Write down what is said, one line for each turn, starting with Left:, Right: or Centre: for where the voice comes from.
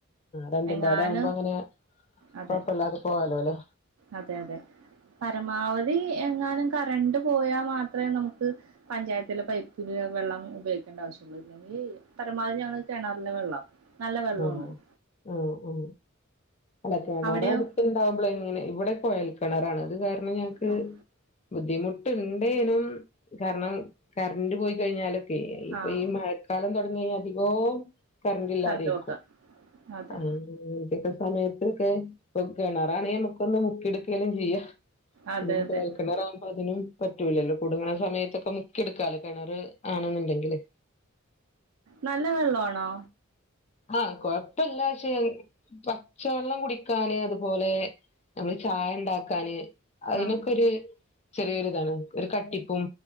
Left: രണ്ടും
Right: എങ്ങാലും
Left: പാടെ ആവുമ്പോ അങ്ങനെ
Right: അതെ
Left: കൊഴപ്പല്ലാതെ പോവാലോ അല്ലേ
Right: അതെ അതെ പരമാവതി എങ്ങാനും കറണ്ട് പോയാ മാത്രേ നമുക്ക് പഞ്ചായത്തിലെ പൈപ്പുപയോ വെള്ളം ഉപയോഗിക്കേണ്ട ആവശ്യം ഉള്ളൂ ഇല്ലെങ്കി പരമാവതി ഞങ്ങള് കെണറ്ലെ വെള്ളം വെള്ളമാണ്
Left: ആന്നോ ആ ആ അല്ല കെണറടിത്തിണ്ടാവുമ്പളെ
Right: അവിടെയോ
Left: ഇങ്ങനെ ഇവിടെ കൊയൽ കെണറാണ് ഇത് <unintelligible> ന്നെ ഞങ്ങക്ക്
Right: ആഹ്
Left: ബുദ്ധിമുട്ടുണ്ടേലും കാരണം കറ്ണ്ട് പോയി കഴിഞ്ഞാലും ഇപ്പം
Right: ആഹ്
Left: ഈ മഴക്കാലം തൊടങ്ങി കഴിഞ്ഞാൽ വിവോ കറ്ണ്ടില്ലാതെയും
Right: കറണ്ട് പോക്കാ അതെ
Left: ആ <unintelligible> ല സമയത്ത്ക്കെ പ്പം കെണറാണെ അമ്മക്കൊന്ന് മുക്കി എട്ക്കേലും ചെയ്യാം
Right: അതെ
Left: ഇതിപ്പം
Right: അതെ
Left: കൊഴൽ കെണറാകുമ്പം അതിനും പറ്റൂലല്ലോ കുടുങ്ങ്ണ സമയത്തൊക്കെ മുക്കി എടുക്കാലോ കെണറ് ആണ്ന്ന്ണ്ടങ്കില്
Right: നല്ല വെള്ളം ആണോ
Left: ആഹ് കൊഴപ്പല്ല ഷേ ഞ പച്ചവള്ളം കുടിക്കാന് അത്പോലെ ഞങ്ങള് ചായണ്ടാക്കാന് അയിനൊക്കെഒര്
Right: ആഹ്
Left: ചെറിയ ഒരിതാണ് ഒര് കട്ടിപ്പും